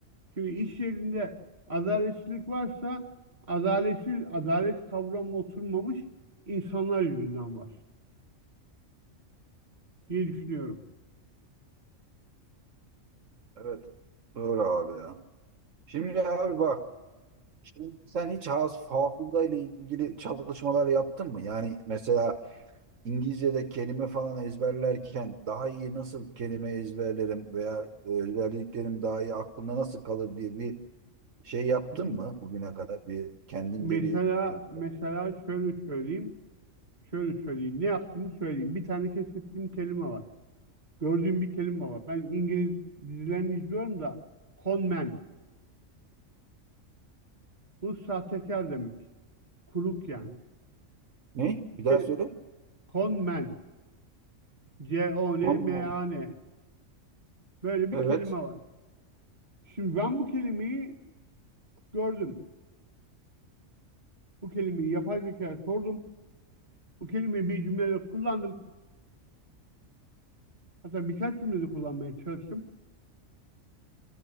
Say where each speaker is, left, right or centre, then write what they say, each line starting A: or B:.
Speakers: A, on the right; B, on the right.
A: Şimdi iş yerinde adaletsizlik varsa adaletsiz adalet kavramı oturmamış insanlar yüzünden var. diye düşünüyorum.
B: Evet. Doğru abi ya. Şimdi abi bak, şimdi sen hiç has- hafıza ile ilgili çalışmalar yaptın mı? Yani mesela İngilizce'de kelime falan ezberlerken daha iyi nasıl kelime ezberlerim veya ezberlediklerim daha iyi aklımda nasıl kalır diye bir şey yaptın
A: Hı hı.
B: mı bugüne kadar bir kendince
A: Mesela
B: bir e,
A: mesela şöyle söyleyeyim, şöyle söyleyeyim. Ne yaptığımı söyleyeyim. Bir tane keşfettiğim kelime var. Gördüğüm bir kelime var. Ben İngiliz dizilerini izliyorum da con man. Bu sahtekar demek. Kuruk yani.
B: ne? Bir
A: Kel-
B: daha söyle.
A: Con man. C-O-N-M-A-N.
B: Konu.
A: Böyle bir
B: Evet.
A: kelime var. Şimdi ben bu kelimeyi gördüm. Bu kelimeyi yapay zekaya sordum. Bu kelimeyi bir cümlede kullandım. Hatta birkaç cümlede kullanmaya çalıştım.